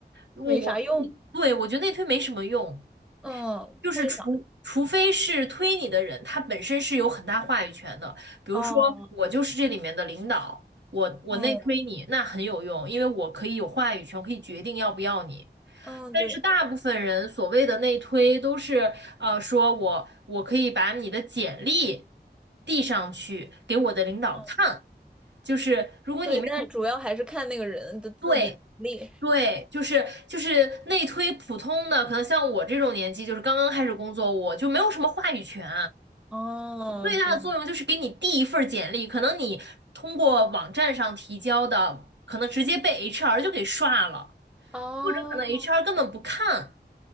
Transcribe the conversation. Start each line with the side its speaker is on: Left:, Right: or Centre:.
Right: 我我自己对我觉得内推没什么用。
Centre: 没啥用，嗯，
Right: 就是除除非是推你的人，
Centre: 为啥？
Right: 他本身是有很大话语权的。比如说，
Centre: 哦，
Right: 我就是这里面的领导，我我内推你，
Centre: 嗯
Right: 那很有用，因为我可以有话语权，我可以决定要不要你。
Centre: 嗯，
Right: 但是大部分人所谓的内推都是，
Centre: 对，
Right: 呃，说我我可以把你的简历递上去给我的领导看，
Centre: 嗯
Right: 就是如果你。
Centre: 对，但主要还是看那个人的自己能力。
Right: 对。对，就是就是内推普通的，可能像我这种年纪，就是刚刚开始工作，我就没有什么话语权。
Centre: 哦，
Right: 最大的作用就是给你递一份儿简历，
Centre: 对，
Right: 可能你通过网站上提交的，可能直接被 HR 就给刷了，
Centre: 哦，
Right: 或者可能 HR 根本不看。